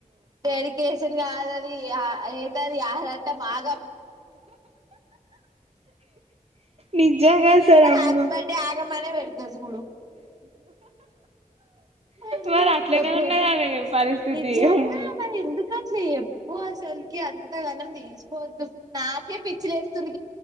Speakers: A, on the right (about 25°); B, on the right (about 45°).
A: డెరికేషన్ కాదది యా ఏందది ఇక ఆగాం
B: నిజంగా
A: నేనైతే
B: అసలు అమ్మో
A: హ్యాపీ బర్త్డే ఆగం మన వెళ్ గుడు మళ్లీ
B: మరి అట్లనే
A: ఇకపోతే
B: ఉన్నది ఆమె పరిస్థితి
A: నిజంగా
B: అమ్మో
A: మరి ఎందుకు అట్లే చెప్పు అసల్కి అంత ఘనం తీసుకోవద్దు నాకే పిచ్చిలేస్తుంది